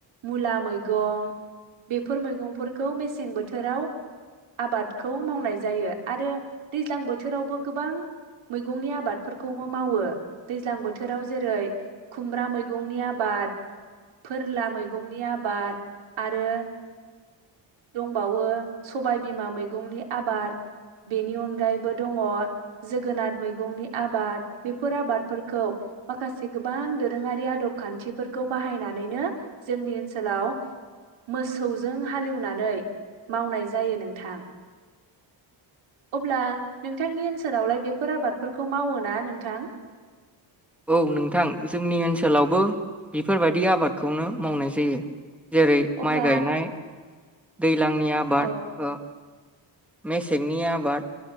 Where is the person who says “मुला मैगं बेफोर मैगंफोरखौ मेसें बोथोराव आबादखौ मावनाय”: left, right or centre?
Right